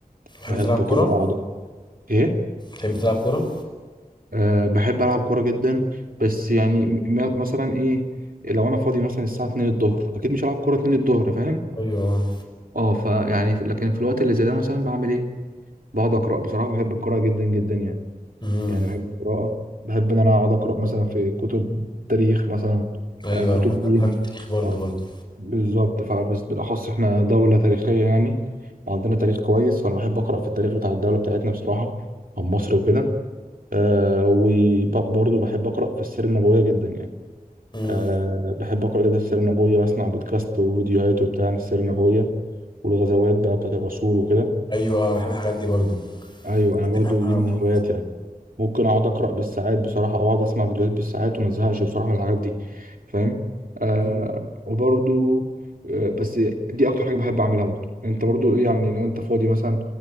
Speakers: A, on the left (about 30°); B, on the right (about 65°).
A: بتحب
B: بحب
A: تلعب كوره
B: كده اقعد ايه
A: بتحب تلعب كوره
B: أه بحب العب كوره جدا بس يعني م- م- مثلا ايه لو انا فاضي مثلا الساعه 2 الظهر اكيد مش هلعب كوره 2 الظهر فاهم
A: ايوه
B: اه فيعني لكن في الوقت اللي زي ده مثلا بعمل ايه بقعد اقرا بصراحه بحب القراءه جدا جدا يعني
A: امم
B: يعني بحب القراءة بحب إن أنا أقعد أقرأ مثلا في كتب تاريخ مثلا
A: ايوه
B: آه، كتب
A: بحب
B: دين
A: أنا بحب التاريخ برضو
B: آه،
A: برضو
B: بالظبط فبس بالأخص إحنا دولة تاريخية يعني عندنا تاريخ كويس فأنا بحب أقرأ في التاريخ بتاع الدولة بتاعتنا بصراحة عن مصر وكده آه، وبرضه بحب أقرأ في السيرة النبوية جدا يعني
A: امم
B: أه بحب أقرأ جدا السيرة النبوية وأسمع بودكاست وفيديوهات وبتاع عن السيرة النبوية والغزوات بقى بتاعت الرسول وكده
A: ايوه آه، بحب الحاجات دي برضو
B: أيوه
A: الحاجات
B: أنا برضه
A: دي بحبها
B: دي من
A: موت.
B: هواياتي يعني ممكن اقعد اقرا بالساعات بصراحه او اقعد اسمع فيديوهات بالساعات وما ازهقش بصراحه من الحاجات دي فاهم آه
A: مم.
B: وبرضو آه بس دي اكتر حاجه بحب اعملها برضو انت برضو ايه يعني لو انت فاضي مثلا